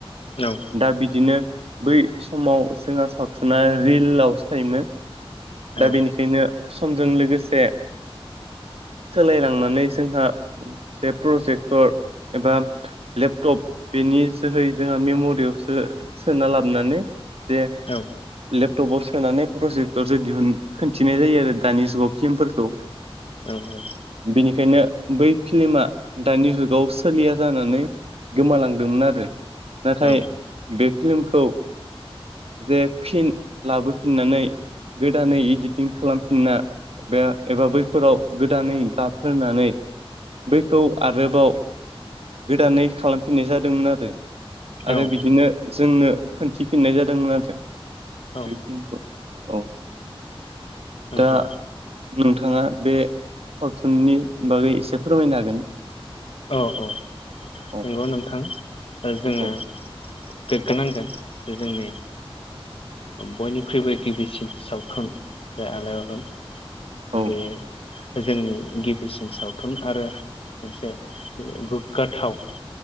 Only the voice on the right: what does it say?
दा बिदिनो बै समाव जोंहा सावथुना रिलावसो थायोमोन दा
बेनिखायनो समजों लोगोसे सोलायलांनानै जोंहा से प्रजेक्टर एबा लेपटप बेनि जोहै जोंहा मेम'रियावसो सोना लाबोनानै जे
लेपटपाव सोनानै प्रजेक्टरसो दिहुन खिन्थिनाय जायो आरो दानि जुगाव फिल्मफोरखौ
बेनिखायनो बै फिल्मा दानि जुगाव सोलिया जानानै गोमालांदोंमोन आरो नाथाय
बे फिल्मखौ जे फिन लाबोफिननानै गोदानै एडिटिं खालामफिनना बे एबा बैफोराव गोदानै गाबफोननानै बैखौ आरोबाव गोदानै खालामफिननाय जादोंमोन आरो आरो
बिदिनो जोंनो खोनन्थिफिननाय जादोंमोन आरो
बे फिल्मखौ औ
दा नोंथाङा बे सावथुननि बागै एसे फोरमायनो हागोन?
औ
औ
औ